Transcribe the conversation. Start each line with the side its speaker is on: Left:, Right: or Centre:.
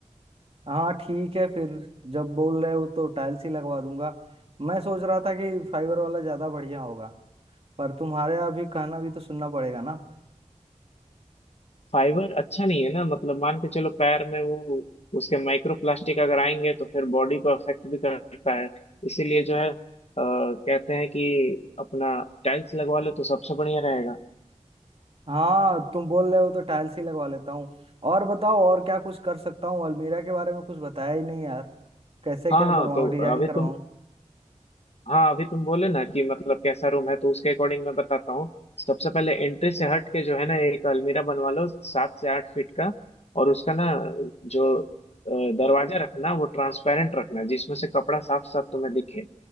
Right: हाँ ठीक है फिर जब बोल रहे हो तो टाइल्स ही लगवा दूंगा मैं सोच रहा था कि फाइबर वाला ज्यादा बढ़िया होगा पर तुम्हारे अभी कहना भी तो सुनना पड़ेगा ना
Left: फाइबर अच्छा नहीं है ना मतलब मान के चलो पैर में वो उसके माइक्रो प्लास्टिक अगर आएंगे तो फिर बॉडी को अफेक्ट भी करता है इसीलिए जो है अ, कहते हैं कि अपना टाइल्स लगवा लो तो सबसे बढ़िया रहेगा
Right: हाँ तुम बोल रहे हो तो टाइल्स ही लगवा लेता हूँ और बताओ और क्या कुछ कर सकता हूँ अलमीरा के बारे में कुछ बताया ही नहीं यार कैसे
Left: हाँ
Right: क्या
Left: हाँ
Right: बनवाऊँ
Left: तो
Right: डिजाइन
Left: अभी
Right: करवाऊँ
Left: तुम हाँ अभी तुम बोले ना कि मतलब कैसा रूम है तो उसके अकॉर्डिंग मैं बताता हूँ सबसे पहले एंट्री से हट के जो है ना एक अलमीरा बनवा लो सात से आठ फीट का और उसका ना जो अ, दरवाजा रखना वो ट्रांसपेरेंट रखना जिसमें से कपड़ा साफ साफ तुम्हें दिखे